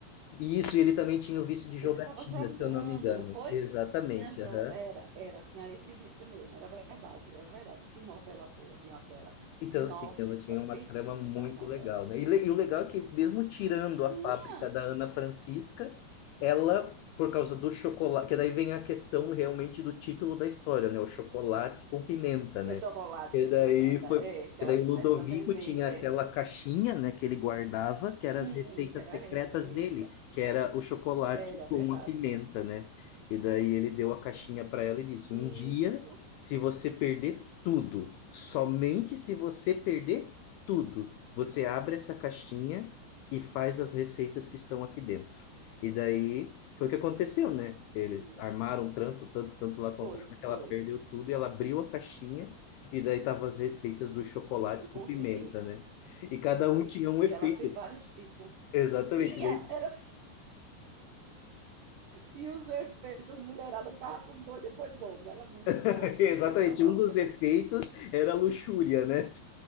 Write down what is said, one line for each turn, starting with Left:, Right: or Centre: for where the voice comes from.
Left: e isso e ele também tinha o vício de jogatina,
Right: Ele estava jogando,
Left: se eu não me engano.
Right: não foi?
Left: Exatamente,
Right: Tinha jo...
Left: aham.
Right: Era, era, tinha esse vício mesmo, era verdade, era verdade. Que novela boa, viu aquela?
Left: Então,
Right: Nossa,
Left: sim, ela tinha uma
Right: perfeita
Left: trama muito
Right: aquela novela.
Left: legal, né? E, le- e o legal é que, mesmo tirando a
Right: Tinha
Left: fábrica da Ana Francisca, ela, por causa do chocolate, que daí vem a questão realmente do título da história, né? O chocolate com pimenta,
Right: que
Left: né?
Right: é chocolate
Left: E
Right: com
Left: daí
Right: pimenta,
Left: foi.
Right: é, que
Left: E
Right: ela
Left: daí
Right: começa
Left: o Ludovico
Right: a vender,
Left: tinha
Right: é.
Left: aquela caixinha, né, que ele guardava, que era
Right: Sim,
Left: as receitas
Right: que era
Left: secretas
Right: a receita.
Left: dele, que era o chocolate
Right: Era
Left: com
Right: verdade.
Left: a pimenta, né? E daí ele deu a caixinha para ela e disse:
Right: Isso.
Left: Um dia se você perder tudo, somente se você perder tudo, você abre essa caixinha e faz as receitas que estão aqui dentro. E daí foi o que aconteceu, né? Eles
Right: Hum,
Left: armaram tanto, tanto, tanto lá contra
Right: foi,
Left: ela que
Right: foi.
Left: ela perdeu tudo e ela abriu a caixinha e daí tava as receitas dos chocolates
Right: E, e
Left: com
Right: conseguiu.
Left: pimenta, né? E cada
Right: Foi.
Left: um tinha um
Right: E
Left: efeito.
Right: ela fez vários tipos.
Left: Exatamente,
Right: Tinha!
Left: daí,
Right: Era E os efeitos, as mulheradas ficavam tudo doida, foi bom, mas era muito boa
Left: <laughs>
Right: aquela
Left: exatamente.
Right: <laughs> novela.
Left: Um dos efeitos era a luxúria, né?